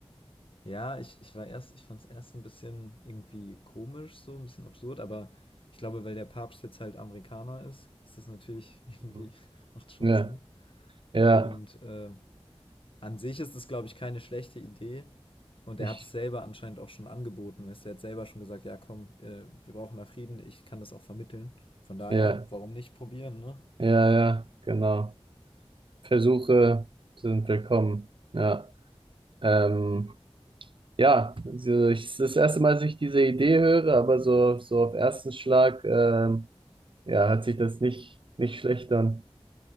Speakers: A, on the left; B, on the right.
A: ja, ich, ich war erst, ich fand es erst ein bisschen irgendwie komisch, so ein bisschen absurd, aber ich glaube, weil der Papst jetzt halt Amerikaner ist, ist das natürlich <laughs>
B: Hm.
A: irgendwie, macht schon
B: Ja,
A: Sinn.
B: ja,
A: Und äh, An sich ist es, glaube ich, keine schlechte Idee. Und
B: ich,
A: er hat es selber anscheinend auch schon angeboten. Weißt du, Er hat selber schon gesagt, ja komm, äh, wir brauchen da Frieden, ich kann das auch vermitteln. Von daher,
B: ja,
A: warum nicht probieren, ne?
B: ja, ja, genau. Versuche sind willkommen. Ja, ähm, ja, also ich, es ist das erste Mal, dass ich diese Idee höre, aber so, so auf ersten Schlag, ähm, ja, hat sich das nicht, nicht schlecht an.